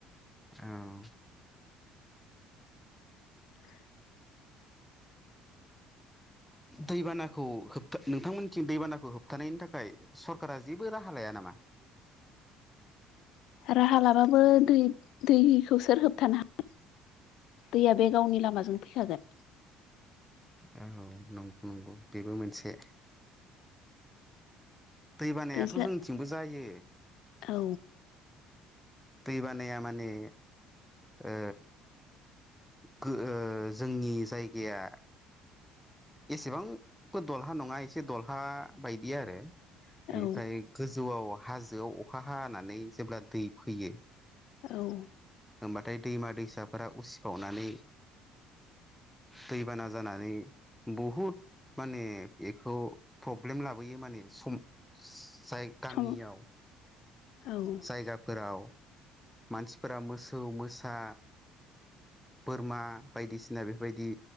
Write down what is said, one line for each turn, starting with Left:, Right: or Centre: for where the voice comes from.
Centre: औ
Left: <inaudible>
Centre: दैबानाखौ होबथा नोंथांमोननिथिं दैबानाखौ होबथानायनि थाखाय सरकारा जेबो राहा लाया नामा मा
Left: राहा लाबाबो दै-दैखौ सोर होबथानो हागोन दैया बे गावनि लामाजों फैखागोन
Centre: औ नं-नंगौ बेबो मोनसे दैबानायाथ'
Left: दैज्ला
Centre: जोंनिथिंबो जायो।
Left: औ
Centre: दैैबानया माने ओ गो ओ जोंनि जायगाया एसेबांबो दलहा नङा एसे दलहा बायदि आरो बेनिफ्राय
Left: औ
Centre: गोजौआव हाजोआव अखा हानानै जेब्ला दै फैयो।
Left: औ
Centre: बाथाय दैमा दैसाफोरा उसिफावनानै दैबाना जानानै बहुद माने बेखौ प्रब्लेम लाबोयो माने सम जाय गामियाव
Left: सम औ
Centre: जायगाफोराव मानसिफोरा मोसौ मोसा बोरमा बायदिसिना बेफोरबायदि